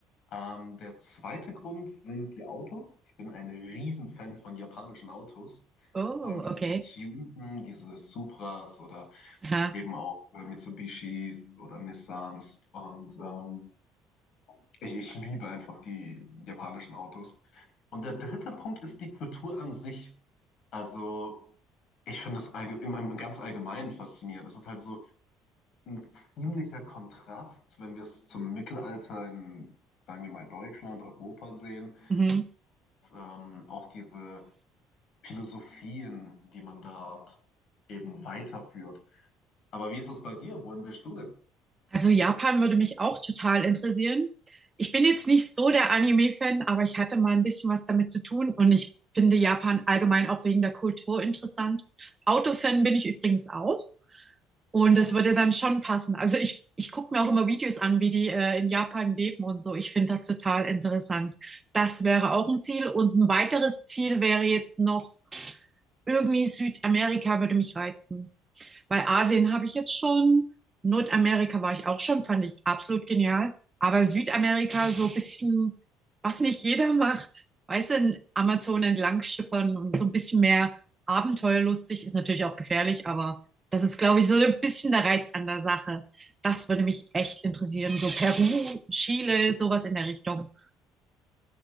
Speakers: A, on the left; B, on the right.
A: Ähm, der zweite Grund sind die Autos. Ich bin ein Riesenfan von japanischen Autos.
B: Oh,
A: Vor allem diese
B: okay.
A: getunten, diese Supras oder
B: Aha.
A: eben auch äh, Mitsubishis oder Nissans. Und ähm, ich, ich liebe einfach die japanischen Autos. Und der dritte Punkt ist die Kultur an sich. Also ich finde es allge- im, im ganz Allgemeinen faszinierend. Das ist halt so, ein ziemlicher Kontrast, wenn wir es zum Mittelalter in, sagen wir mal, Deutschland, Europa sehen.
B: Mhm.
A: Ähm, auch diese Philosophien, die man da eben weiterführt. Aber wie ist es bei dir? Wohin willst du denn?
B: Also Japan würde mich auch total interessieren. Ich bin jetzt nicht so der Anime-Fan, aber ich hatte mal ein bisschen was damit zu tun und ich finde Japan allgemein auch wegen der Kultur interessant. Autofan bin ich übrigens auch. Und
A: Ja.
B: das würde dann schon passen. Also ich, ich gucke mir auch immer Videos an, wie die äh, in Japan leben und so. Ich finde das total interessant. Das wäre auch ein Ziel. Und ein weiteres Ziel wäre jetzt noch irgendwie Südamerika würde mich reizen. Bei Asien habe ich jetzt schon, Nordamerika war ich auch schon, fand ich absolut genial. Aber Südamerika so ein bisschen, was nicht jeder macht, weißt du, Amazon entlang schippern und so ein bisschen mehr abenteuerlustig, ist natürlich auch gefährlich, aber das ist, glaube ich, so ein bisschen der Reiz an der Sache. Das würde mich echt interessieren. So Peru, Chile, sowas in der Richtung.